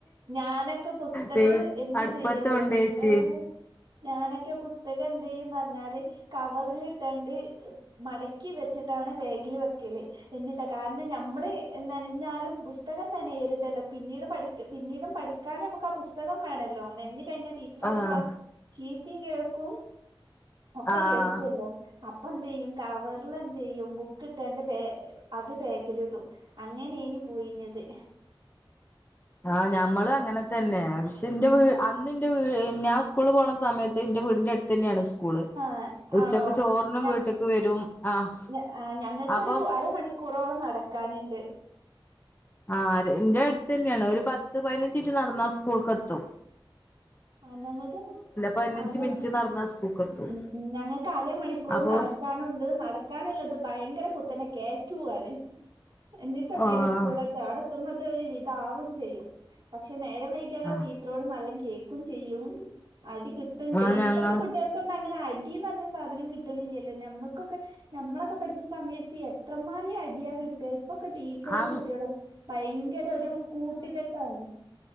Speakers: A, on the right; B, on the left.
A: ഞാനൊക്കെ ബുസ്തക്
B: പി
A: എന്ത്
B: അടുപ്പത്ത്
A: ചെയ്യാറിയോ
B: കൊണ്ടേച്ച്
A: ഏഹ് ഞാനൊക്കെ പുസ്തകം എന്തെയ്യും ന്ന റിഞ്ഞാല് കവറ്ല് ഇട്ടാണ്ട് മടക്കി വെച്ട്ടാണ് ബാഗിൽ വെക്കല് എന്നിട്ടാ കാരണം നമ്മള് നനഞ്ഞാലും പുസ്തകം നനയരുതല്ലോ പിന്നീട് പഠിക്ക പിന്നീടും പഠി ക്കാന് ഞമ്മക്ക് ആ പുസ്തകം വേണല്ലോ നെൻഞ്ഞ് കഴിഞ്ഞാ ടീച്ചറോട്
B: ആഹ്
A: ക്ലാസ് ചീത്തിം കേക്കും ഒക്കെ
B: ആഹ്
A: കേൾക്കുവല്ലോ അപ്പ എന്തെയ്യും കവറ്ല് എന്ത് ചെയ്യും ബു ക്ക്ട്ടാണ്ട് ബേ അത് ബാഗിലിടും അങ്ങനെനി പോയിനത്
B: ആഹ് ഞമ്മളും അങ്ങനെ തന്നെ പക്ഷെ ഇന്റെ വീ അന്ന് ഇന്റെ വീ ഞാൻ സ്കൂള് പോണ സമയത്ത് ഇന്റെ വീടിന്റെട് ത്തന്നേണ് സ്കൂള്
A: ഏഹ്
B: ഉച്ചക്ക്
A: ആണോ
B: ചോറിനും
A: ഞ
B: വീട്ട്ക്ക് വരും ആഹ്
A: ഞ ആഹ് ഞങ്ങക്കൊരു
B: അപ്പം
A: അരമണിക്കൂറോളം നടക്ക ക്കാന്ണ്ട്
B: ആര് ഇന്റെട് ത്തെന്നേണ് ഒരു പത്ത് പയിനഞ്ചിൻറ്റ് നടന്നാ സ്കൂൾക്കത്തും
A: ആഹ് ഞങ്ങക്ക്
B: പതിനഞ്ച്
A: അരം
B: മിനിറ്റ് നടന്നാ സ്കൂൾക്കെത്തും
A: ഉം ഉം ഞങ്ങക്ക് അര മണി കുറെ
B: അപ്പൊ
A: നടക്കാനുംണ്ട് നടക്കാനുള്ളത് ഭയങ്കര കുത്തനെ കേറ്റുവാണ് എന്നിട്ടൊക്കെയാണ്
B: ആഹ്
A: സ്കൂളെത്ത ആടെത്തുമ്പത്തേന് ഒരു വിധ ആവും ചെയ്യും പക്ഷെ നേരം വൈകിയാലോ
B: ആഹ്
A: ടീ ച്ചറോട് നല്ല കേക്കും ചെയ്യും അടി കിട്ടും ചെയ്യും
B: ആ ഞങ്ങ
A: ഇപ്പത്തെ കുട്ടികൾ ഇപ്പൊന്നും അങ്ങനെ അടീന്ന് പറഞ്ഞ സാധനം കിട്ടണില്ലല്ലോ നമ്മൾക്കൊക്കെ നമ്മളൊക്കെ പഠിച്ച സമയത്ത് എത്രമാതിരി അടിയാ കി ട്ടാ ഇപ്പൊക്കെ ടീച്ചറും
B: അങ്
A: കുട്ടികളും ഭയങ്കര ഒരു കൂട്ടുകെട്ടാണ്